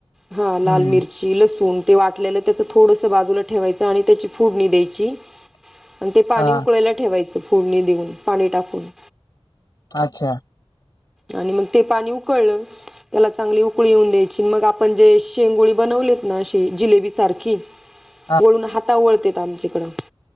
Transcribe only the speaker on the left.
हम्म
हा
अच्छा
<unintelligible>